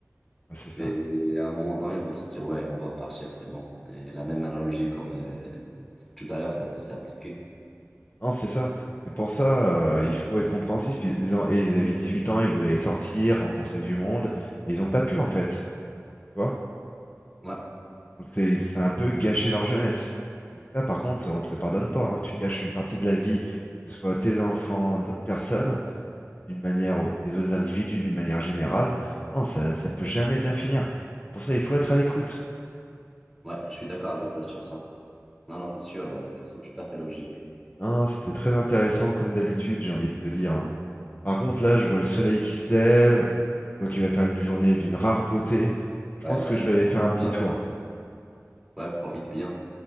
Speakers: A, on the left; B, in the centre.
A: Ah, C'est ça.
B: Et, à un moment donné, ils vont se dire, ouais, on va partir, c'est bon. Et la même analogie comme euh, tout à l'heure, ça peut s'appliquer.
A: Non, c'est ça. C'est pour ça, euh, il faut être compréhensif. Ils, les en- et ils avaient 18 ans, ils voulaient sortir, rencontrer du monde, et ils n'ont pas pu en fait. Tu vois?
B: Ouais,
A: Donc c'est c'est un peu gâcher leur jeunesse. Donc ça, par contre, on te le pardonne pas. hein. Tu gâches une partie de la vie, que ce soit tes enfants, d'autres personnes, d'une manière, ou des autres individus, d'une manière générale. Non, ça, ça peut jamais bien finir. C'est pour ça, il faut être à l'écoute.
B: ouais, je suis d'accord avec toi sur ça. Non, non, c'est sûr, euh, c'est tout à fait logique.
A: Non, c'était très intéressant comme d'habitude, j'ai envie de te dire. hein. Par contre, là, je vois le soleil qui se lève, je vois qu'il va faire une journée d'une rare beauté. Je
B: Ouais,
A: pense
B: vas-y,
A: que je vais aller
B: profite
A: faire un petit
B: bien.
A: tour.
B: Ouais, profite bien.